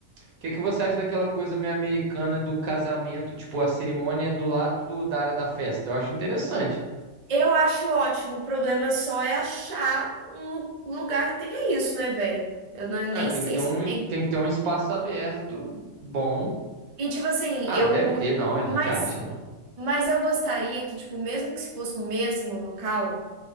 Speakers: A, on the right (about 80°); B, on the right (about 55°).
A: O que que você acha daquela coisa meio americana do casamento? Tipo, a cerimônia é do lado do- da área da festa. Eu acho interessante.
B: Eu acho ótimo. O problema só é achar um lu- um lugar que tenha isso, né, velho? Eu não- nem
A: Ah, tem
B: sei
A: que ter
B: se
A: um,
B: tem.
A: tem que ter um espaço aberto, bom.
B: E tipo assim,
A: Ah,
B: eu.
A: deve ter, não, a
B: Mas,
A: gente acha, não.
B: mas eu gostaria que, tipo, mesmo que se fosse no mesmo local,